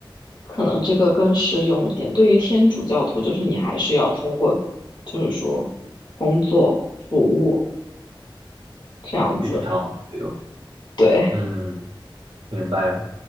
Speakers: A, on the left (about 55°); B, on the right (about 70°).
A: 可能这个更适用一点。对于天主教徒，就是你还是要通过，就是说工作服务这样子。
B: 去偿还罪恶。
A: 对。
B: 嗯，明白了